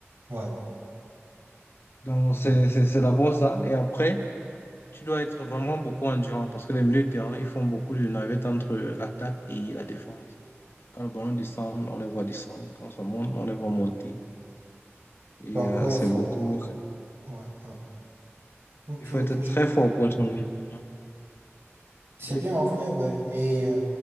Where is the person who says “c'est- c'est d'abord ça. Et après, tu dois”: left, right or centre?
Left